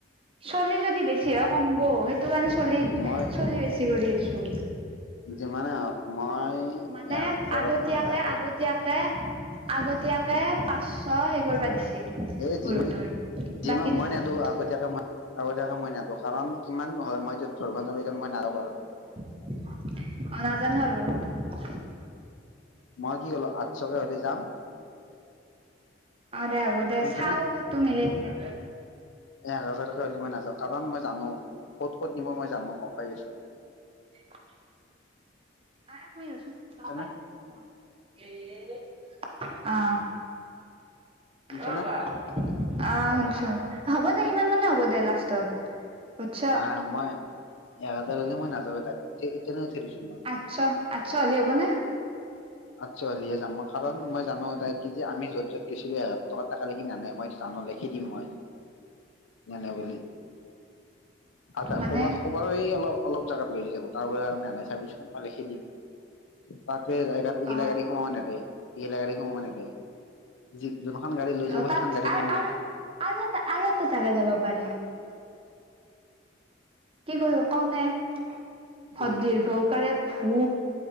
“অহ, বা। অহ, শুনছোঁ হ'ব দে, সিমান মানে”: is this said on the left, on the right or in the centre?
Right